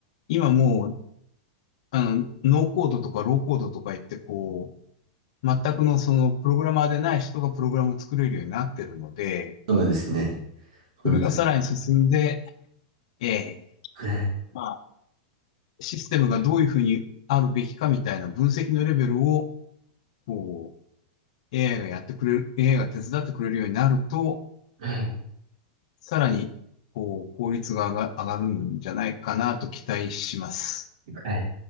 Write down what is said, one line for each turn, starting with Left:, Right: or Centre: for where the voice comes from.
Left: 今もう、あの、ノーコードとかローコードとか言って、こう、全くのそのプログラマーでない人がプログラムを作れるようになってるので、
Right: そうですね。本当に。
Left: それがさらに進んで、ええ
Right: はい。
Left: まあシステムがどういうふうにあるべきかみたいな分析のレベルを、こう、AI がやってくれる、AI が手伝ってくれるようになると、
Right: はい。
Left: さらに、こう、効率が上が上がるんじゃないかなと期待します。
Right: はい。